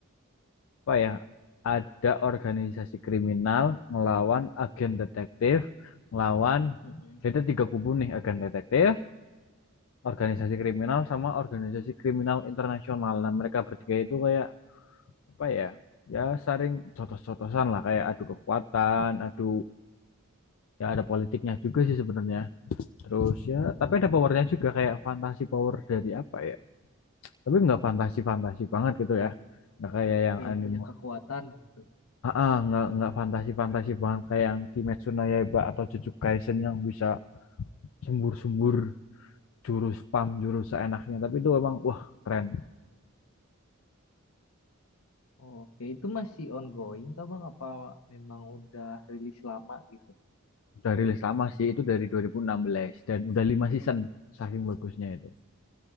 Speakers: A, on the left; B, on the left.
A: apa ya? Ada organisasi kriminal ngelawan agen detektif, ngelawan
B: Mm-mm.
A: jadi ada tiga kubu nih agen detektif, organisasi kriminal sama organisasi kriminal internasional. Nah, mereka bertiga itu kayak apa ya? Ya saring cotos-cotosan lah kayak adu kekuatan, adu ya ada politiknya juga sih sebenarnya. Terus ya tapi
B: Oh,
A: ada powernya
B: gitu.
A: juga kayak fantasi power dari apa ya? Tapi nggak fantasi-fantasi banget gitu ya. Nggak kayak yang
B: Kayak
A: anime
B: punya kekuatan gitu.
A: Ah, ah, nggak nggak fantasi-fantasi banget kayak yang Kimetsu no Yaiba atau Jujutsu Kaisen yang bisa sembur-sembur jurus spam jurus seenaknya tapi itu emang wah keren
B: Oh, oke, Itu masih ongoing kah Bang? Apa memang udah rilis lama gitu?
A: Udah rilis lama sih, itu dari 2016 dan udah 5 season saking bagusnya itu.